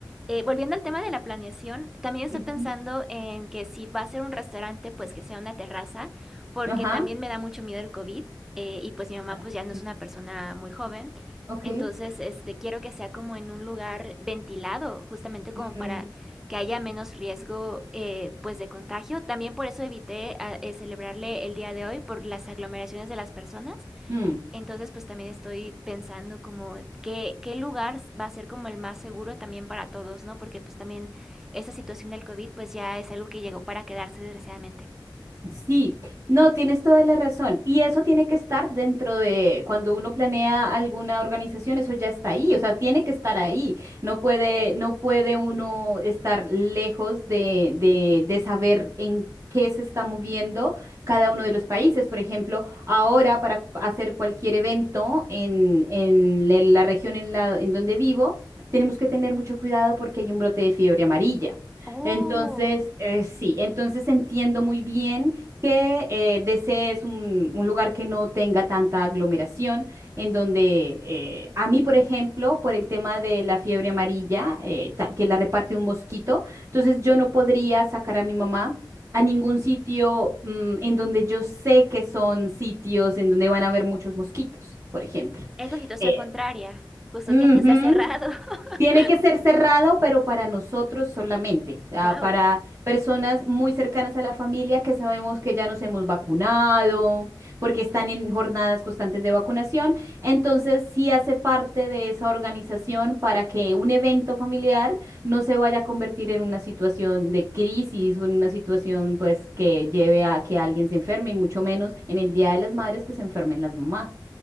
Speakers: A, in the centre; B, on the right.
A: Eh, volviendo al tema de la planeación, también estoy
B: Ujú,
A: pensando en que si va a ser un restaurante, pues que sea una terraza, porque
B: Ajá.
A: también me da mucho miedo el COVID, eh, y pues mi mamá
B: Ah,
A: pues ya no
B: ok.
A: es una persona muy joven,
B: Ok.
A: entonces este quiero que sea como en un lugar ventilado, justamente como
B: Mm,
A: para que haya menos riesgo eh, pues de contagio. También por eso evité ah, eh, celebrarle el día de hoy por las aglomeraciones de las personas.
B: hmm.
A: Entonces, pues también estoy pensando como qué, qué lugar va a ser como el más seguro también para todos, ¿no? Porque pues también esa situación del COVID pues ya es algo que llegó para quedarse desgraciadamente.
B: Sí, no, tienes toda la razón. Y eso tiene que estar dentro de cuando uno planea alguna organización, eso ya está ahí, o sea, tiene que estar ahí. No puede, no puede uno estar lejos de, de, de saber en qué se está moviendo cada uno de los países. Por ejemplo, ahora para hacer cualquier evento en, en la la región en la, en donde vivo, tenemos que tener mucho cuidado porque hay un brote de fiebre amarilla.
A: Oh,
B: Entonces, eh, sí, entonces entiendo muy bien que eh, desees un, un lugar que no tenga tanta aglomeración, en donde eh, a mí, por ejemplo, por el tema de la fiebre amarilla, eh, ta- que la reparte un mosquito, entonces yo no podría sacar a mi mamá a ningún sitio mm, en donde yo sé que son sitios en donde van a haber muchos mosquitos, por ejemplo.
A: es la situación
B: Eh,
A: contraria. Justo
B: ujú,
A: tiene que ser cerrado. <laughs>
B: tiene que ser cerrado, pero para nosotros solamente, ah,
A: Wow.
B: para personas muy cercanas a la familia que sabemos que ya nos hemos vacunado, porque están en jornadas constantes de vacunación. Entonces, sí hace parte de esa organización para que un evento familiar no se vaya a convertir en una situación de crisis o en una situación pues que lleve a que alguien se enferme y mucho menos en el Día de las Madres que se enfermen las mamás.